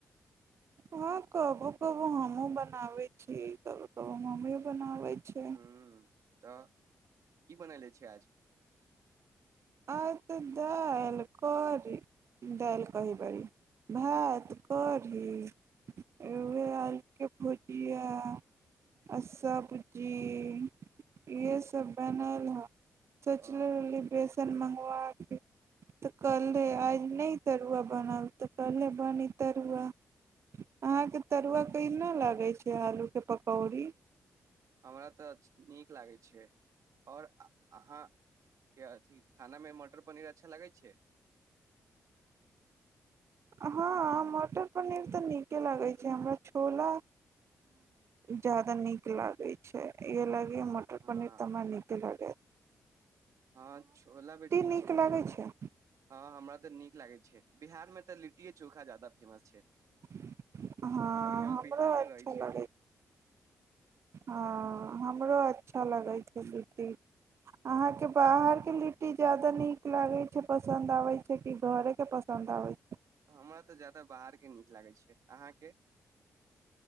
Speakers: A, on the right (about 55°); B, on the right (about 70°).
A: हँ कबो कबो हमहुँ बनाबै छी कबो कबो मम्मीयो बनाबै छै
B: हूं तऽ की बनैले छै आज
A: आज तऽ दालि कढ़ी दालि कही बड़ी भात कढ़ी उह आलके भुजिया आ सब्जी इएहसभ बनल हँ सोचले
B: हँ
A: रहली बेस सन मंगबाके तऽ कहलहे आइ नहि तरुआ बनल तऽ कहले बनी तरुआ अहाँके तरुआ कहिना लागै छै आलूके पकौड़ी
B: हमरा तऽ नीक लागै छै आओर अहाँके अथी खानामे मटर पनीर अच्छा लागै छै
A: हँ मटर पनीर तऽ नीके लागे छै हमरा छोला ज्यादा नीक लागे छै इहे ले मटर
B: हँ
A: पनीर तऽ हमरा नीके लगै
B: हँ छोला भी ठीक
A: नीक
B: छै
A: लागै छै
B: हँ हमरा तऽ नीक लागे बिहारमे तऽ लिट्टीए चोखा ज्यादा फेमस छै
A: हँ
B: अभी हम
A: हमरो
B: बिहारमे
A: अच्छा
B: रहै छियै
A: लगे हँ हमरो अच्छा लग लगे छै लिट्टी अहाँके बाहरके लिट्टी ज्यादा नीक लागै छै पसन्द आबै छै कि घरे के पसन्द आबै छै
B: हमरा तऽ ज्यादा बाहरके नीक लागै छै अहाँके